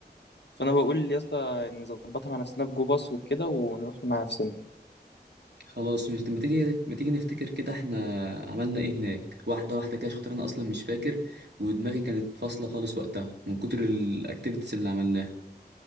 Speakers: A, on the left (about 80°); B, on the right (about 75°).
A: فانا بقول يا اسطى نظبطها مع نفسنا بجو باص وكده ونروح مع نفسنا
B: خلاص مش ما تيجي ما تيجي نفتكر كده احنا عملنا ايه هناك واحدة واحدة كده عشان خاطر انا اصلا مش فاكر ودماغي كانت فاصلة خالص وقتها من كتر الاكتيفيتيز اللي عملناها